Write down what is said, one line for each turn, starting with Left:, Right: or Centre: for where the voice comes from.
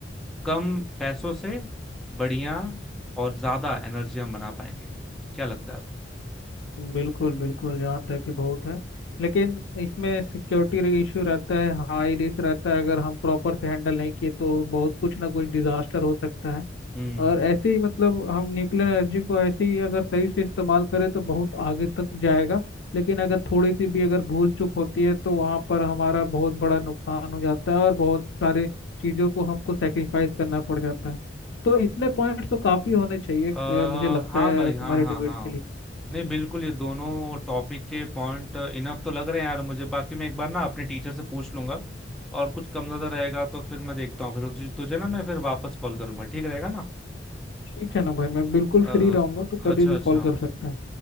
Centre: कम पैसों से बढ़िया और ज्यादा एनर्जी हम बना पाएंगे क्या लगता है आपको
Left: बिल्कुल बिल्कुल यहाँ तक कि बहुत है लेकिन इसमें सिक्योरिटी इशू रहता है हाई रिस्क रहता है अगर हम प्रॉपर से हैंडल नहीं किए तो बहुत कुछ ना कुछ डिजास्टर हो सकता है
Centre: हम्म हम्म,
Left: और
Centre: हम्म।
Left: ऐसे ही मतलब हम न्यूक्लियर एनर्जी को ऐसे ही अगर सही से इस्तेमाल करें तो बहुत आगे तक जाएगा लेकिन अगर थोड़ी सी भी अगर भूल चूक होती है तो वहाँ पर हमारा बहुत बड़ा नुकसान हो जाता है और बहुत सारे चीज़ों को हमको सेक्रीफाइस करना पड़ जाता है तो इतने पॉइंट्स तो काफ़ी होने चाहिए
Centre: अ
Left: अ, मुझे लगता
Centre: हाँ
Left: है
Centre: भाई
Left: तुम्हारे
Centre: हाँ हाँ
Left: डिबेट
Centre: हाँ
Left: के लिए
Centre: नहीं बिल्कुल ये दोनों टॉपिक के पॉइंट इनफ तो लग रहे हैं यार मुझे बाकी मैं एक बार ना अपने टीचर से पूछ लूंगा और कुछ कम ज्यादा रहेगा तो फिर मैं देखता हूँ फिर तुझे, तुझे ना मैं फिर वापस कॉल करूंगा ठीक रहेगा ना
Left: ठीक है ना भाई मैं बिल्कुल
Centre: अ,
Left: फ्री रहूंगा तो कभी
Centre: अच्छा
Left: भी
Centre: अच्छा
Left: कॉल कर सकता है